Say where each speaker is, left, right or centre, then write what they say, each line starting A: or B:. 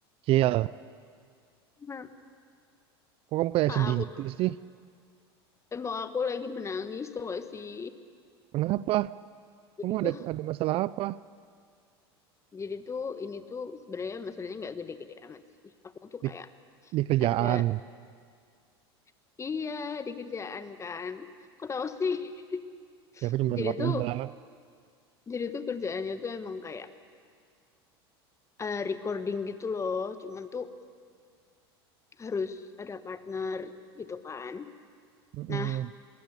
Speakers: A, on the right (about 45°); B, on the left (about 20°).
A: Cil,
B: Bener.
A: kok kamu kayak
B: Kak,
A: sedih
B: aku
A: gitu
B: tuh
A: sih?
B: tembok aku lagi menangis tuh gak sih
A: Kenapa?
B: jadi
A: Kamu ada
B: tuh
A: ada masalah apa
B: jadi tuh ini tuh sebenarnya masalahnya nggak gede-gede amat sih aku tuh
A: di,
B: kayak
A: di kerjaan?
B: ada <laughs> iya di kerjaan kan kok tahu sih
A: Ya
B: <laughs>
A: aku cuma
B: jadi
A: nebak-nebak.
B: tuh jadi tuh kerjaannya tuh emang kayak eh, recording gitu loh cuman tuh harus ada partner gitu kan
A: Mm-mm.
B: nah